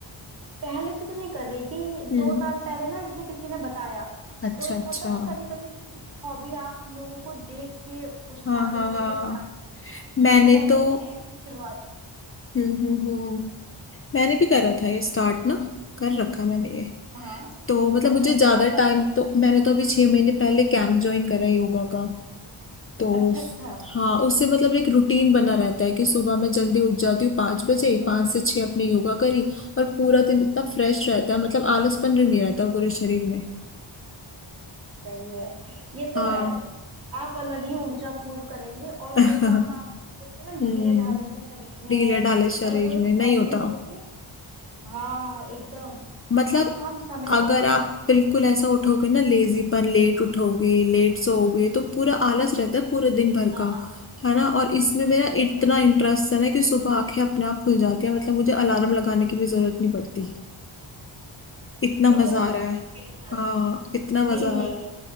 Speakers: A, on the right; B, on the left.
A: पहले से तो नहीं कर रही थी
B: हम्म
A: दो साल पहले ना जैसे किसी ने बताया
B: अच्छा
A: तो एक
B: अच्छा
A: होता ना कभी कभी हॉबी आप लोगों को देख के उत्साहित
B: हाँ हाँ
A: होके
B: हाँ
A: स्टार्ट
B: मैंने
A: तो मैंने
B: तो
A: भी ऐसी ही शुरुआत की
B: हम्म हम्म हम्म हम्म। मैंने भी करा था ये स्टार्ट ना कर रखा मैंने ये
A: हाँ
B: तो मतलब
A: अच्छा
B: मुझे ज्यादा
A: कब किया आपने
B: टाइम तो मैंने तो अभी छह महीने पहले कैंप ज्वाइन करा है योगा का तो
A: अच्छा अच्छा
B: हाँ उससे मतलब एक रूटीन बना रहता है कि सुबह मैं जल्दी उठ जाती हूँ पाँच बजे
A: हम्म
B: पाँच से छह अपने योगा करी और पूरा दिन इतना फ्रेश रहता है मतलब आलसपन भी नहीं रहता पूरे शरीर में
A: सही है ये तो
B: हाँ
A: है आप अलग ही ऊर्जा पूर्व करेंगे और
B: <laughs>
A: जो काम आप सोचते हो ना ढीले
B: हम्म
A: ढाले से शरीर में
B: ढीले
A: है
B: ढाले शरीर
A: पर कोई एक
B: में नहीं
A: हॉबी
B: होता
A: लेके हाँ एकदम
B: मतलब
A: सब काम समय से
B: अगर
A: होता
B: आप
A: है
B: बिल्कुल ऐसा उठोगे ना लेजीपन लेट उठोगे लेट सोओगे तो पूरा आलस रहता है पूरे दिन भर
A: हाँ
B: का है ना और इसमें
A: पूरे दिन
B: मेरा
A: भर
B: इतना
A: का
B: इंटरेस्ट है ना कि सुबह आंखें अपने आप खुल जाती है मतलब मुझे अलार्म लगाने की भी जरूरत नहीं पड़ती इतना
A: ये
B: मजा
A: तो है
B: आ रहा है
A: मेरे साथ
B: हाँ
A: भी है
B: इतना
A: सेम
B: मजा आ
A: यही
B: रहा है
A: है